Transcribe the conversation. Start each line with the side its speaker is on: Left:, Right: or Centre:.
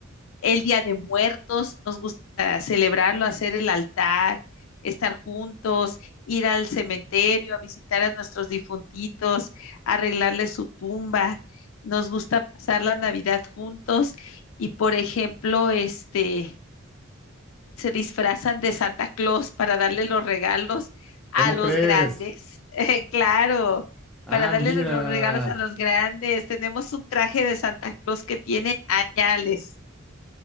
Left: el Día de Muertos, nos gusta celebrarlo, hacer el altar, estar juntos, ir al cementerio, a visitar a nuestros difuntitos, arreglarles su tumba. Nos gusta pasar la Navidad juntos y, por ejemplo, este, se disfrazan de Santa Claus para darle los regalos a
Centre: ¿Cómo
Left: los
Centre: crees?
Left: grandes. <laughs> Eh, claro,
Centre: Ah,
Left: para darle
Centre: mira.
Left: los regalos a los grandes. Tenemos un traje de Santa Claus que tiene añales.